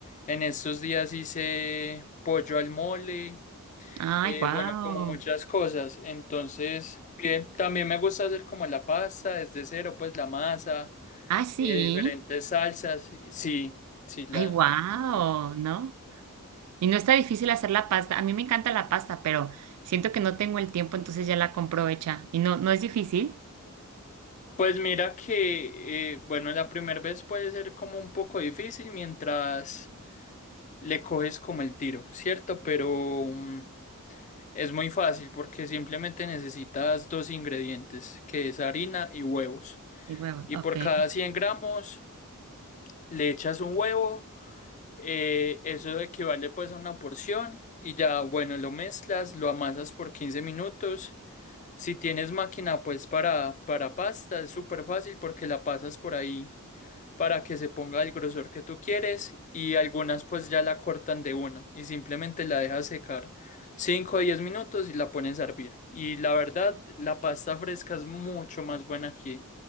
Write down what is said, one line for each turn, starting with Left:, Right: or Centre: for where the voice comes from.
Left: En estos días hice pollo al mole.
Right: Ay,
Left: Eh,
Right: wow.
Left: bueno, como muchas cosas. Entonces, bien, también me gusta hacer como la pasta desde cero, pues la masa,
Right: Ah, sí.
Left: eh, diferentes salsas. y- Sí, sí, la,
Right: Ay, wow,
Left: sí me gusta.
Right: ¿no? Y no está difícil hacer la pasta. A mí me encanta la pasta, pero siento que no tengo el tiempo, entonces ya la compro hecha. Y no, no es difícil.
Left: Pues mira que, eh, bueno, la primera vez puede ser como un poco difícil mientras le coges como el tiro, ¿cierto? Pero mm, es muy fácil porque simplemente necesitas dos ingredientes, que es harina y huevos.
Right: Y huevo,
Left: Y
Right: ok.
Left: por cada 100 gramos le echas un huevo. Eh, eso equivale pues a una porción y ya, bueno, lo mezclas, lo amasas por 15 minutos. Si tienes máquina pues para, para pasta es súper fácil porque la pasas por ahí para que se ponga el grosor que tú quieres y algunas pues ya la cortan de una y simplemente la dejas secar 5 o 10 minutos y la pones a hervir. Y la verdad, la pasta fresca es mucho más buena aquí